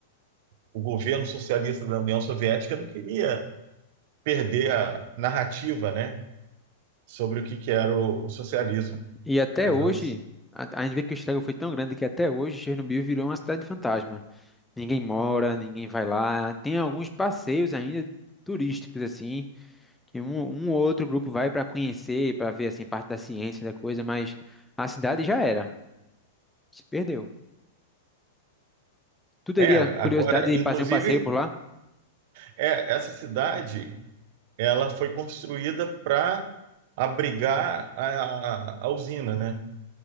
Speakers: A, on the right (about 50°); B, in the centre.
A: o governo socialista da União Soviética não queria perder a narrativa, né? sobre o que, que era o, o socialismo.
B: E até
A: Elas,
B: hoje, a, a gente vê que o estrago foi tão grande que até hoje Chernobyl virou uma cidade fantasma. Ninguém mora, ninguém vai lá. Tem alguns passeios ainda turísticos, assim, que um, um ou outro grupo vai para conhecer, para ver, assim, parte da ciência da coisa, mas a cidade já era, se perdeu. Tu teria
A: é,
B: curiosidade
A: agora,
B: de
A: inclusive,
B: fazer um passeio por lá?
A: é, essa cidade ela foi construída para abrigar a, a, a usina, né?